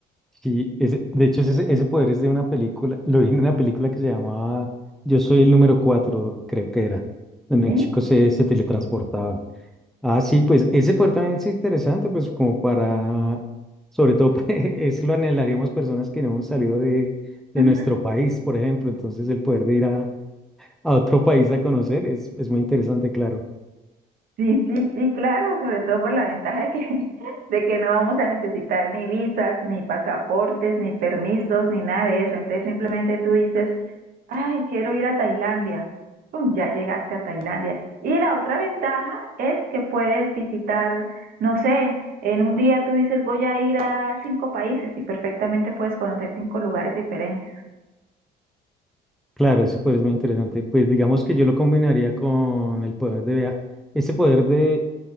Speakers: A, in the centre; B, on the right.
A: Sí, ese, de hecho ese, ese poder es de una película, lo vi en una película que se llamaba Yo soy el número cuatro creo que era, donde
B: ¿sí?
A: un chico se, se teletransportaba. Ah, sí, pues ese poder también es interesante, pues como para, sobre todo, <laughs> eso lo anhelaríamos personas que no hemos salido de, de
B: Ujú.
A: nuestro país, por ejemplo. Entonces el poder de ir a, a otro país a conocer es, es muy interesante, claro.
B: Sí, sí, sí, claro, sobre todo por la ventaja de que, <laughs> de que no vamos a necesitar ni visas, ni pasaportes, ni permisos, ni nada de eso. Entonces simplemente tú dices, ay, quiero ir a Tailandia. Pum, ya llegaste a Tailandia. Y la otra ventaja es que puedes visitar, no sé, en un día tú dices, voy a ir a cinco países y perfectamente puedes conocer cinco lugares diferentes.
A: Claro, ese poder es muy interesante. Pues digamos que yo lo combinaría con el poder de viajar, ese poder de